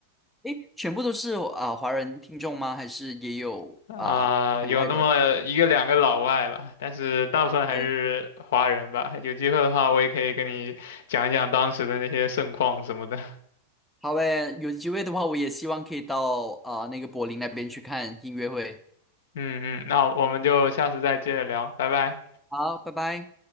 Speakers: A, in the centre; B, on the left.
A: 诶，全部都是啊、华人听众吗？还是也有啊、
B: 啊、
A: 海外的
B: 有那么一个两个老外吧，但是大部分还是华人吧。
A: ？OK，
B: 有机会的话，我也可以跟你讲一讲当时的那些盛况什么的。
A: 好诶，有机会的话，我也希望可以到啊、那个柏林那边去看音乐会。
B: 嗯嗯，那我们就下次再接着聊，拜拜。
A: 好，拜拜。